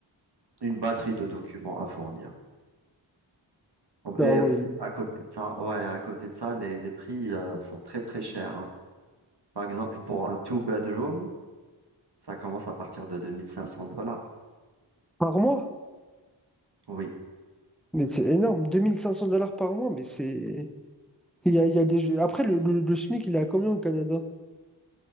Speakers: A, on the right; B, in the centre.
A: une batterie de documents à fournir.
B: Ah
A: Et
B: ouais, il-
A: à côté de ça, ouais, à côté de ça, les, les prix, euh, sont très, très chers. hein. Par exemple, pour un two-bedroom, ça commence à partir de 2500 dollars.
B: par mois?
A: Oui.
B: Mais c'est énorme. 2500 dollars par mois, mais c'est. Il y a, il y a des... Après, le, le, le SMIC, il est à combien au Canada?